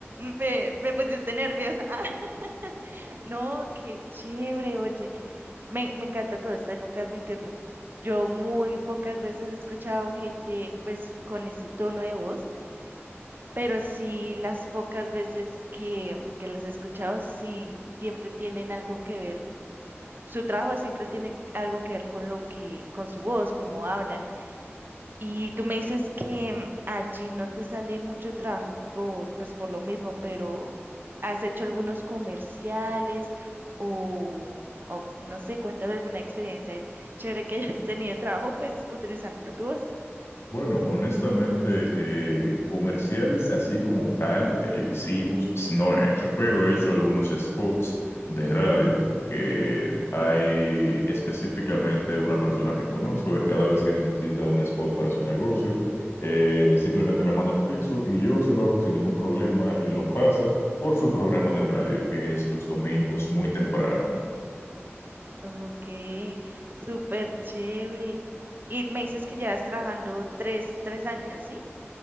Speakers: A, on the right; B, on the left.
A: me, me pusiste nerviosa. Ah, <laughs> no, qué chévere, oye. Me, me encanta todo esto, tengo que admitirlo. Yo muy pocas veces he escuchado gente pues con ese tono de voz, pero sí las pocas veces que, que las he escuchado, sí siempre tienen algo que ver. Su trabajo siempre tiene algo que ver con lo que, con su voz, cómo hablan. Y tú me dices que mm, allí no te sale mucho trabajo por, pues por lo mismo, pero ¿has hecho algunos comerciales o, o no sé, cuéntame alguna experiencia chévere que hayas tenido de trabajo, pues utilizando tu voz?
B: Bueno, honestamente, eh, comerciales así como tal, televisivos, no he hecho, pero he hecho algunos spots de radio que hay
A: Ok.
B: específicamente una persona que conozco que cada vez que necesita un spot para su negocio, eh, simplemente me manda el texto y yo se lo hago sin ningún problema y lo pasa por su programa de radio, que es los domingos muy temprano.
A: Ok, súper chévere. Y me dices que llevas trabajando tres, tres años, ¿sí?